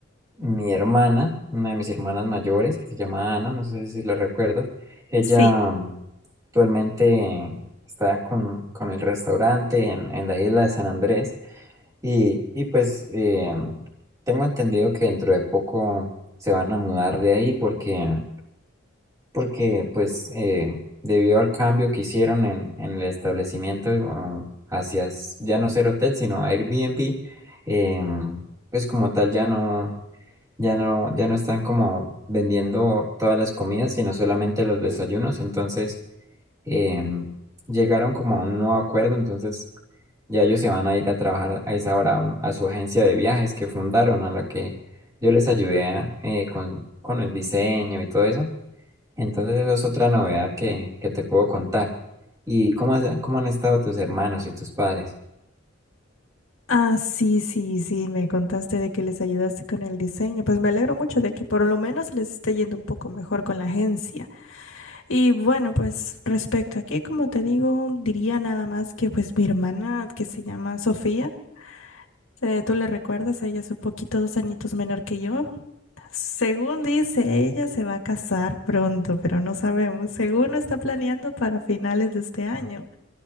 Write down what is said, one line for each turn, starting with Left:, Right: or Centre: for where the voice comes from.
Right: mi hermana, una de mis hermanas mayores, que se llama Ana, no sé si la recuerdas, ella
Left: Sí,
Right: mm, actualmente está con, con el restaurante en, en la isla de San Andrés y, y pues eh, tengo entendido que dentro de poco se van a mudar de ahí porque porque pues eh, debido al cambio que hicieron en, en el establecimiento um, hacia s- ya no ser hotel, sino Airbnb, em, pues como tal ya no, ya no, ya no están como vendiendo todas las comidas, sino solamente los desayunos, entonces em, llegaron como a un nuevo acuerdo, entonces ya ellos se van a ir a trabajar a esa hora a, un- a su agencia de viajes que fundaron, a la que yo les ayudé a, eh, con, con el diseño y todo eso. Entonces eso es otra novedad que, que te puedo contar. ¿Y cómo, has- cómo han estado tus hermanos y tus padres?
Left: Ah, sí, sí, sí, me contaste de que les ayudaste con el diseño. Pues me alegro mucho de que por lo menos les esté yendo un poco mejor con la agencia. Y bueno, pues respecto aquí, como te digo, diría nada más que pues mi hermana, que se llama Sofía. Eh, tú le recuerdas, ella es un poquito dos añitos menor que yo. Según dice, ella se va a casar pronto, pero no sabemos. Según lo está planeando para finales de este año.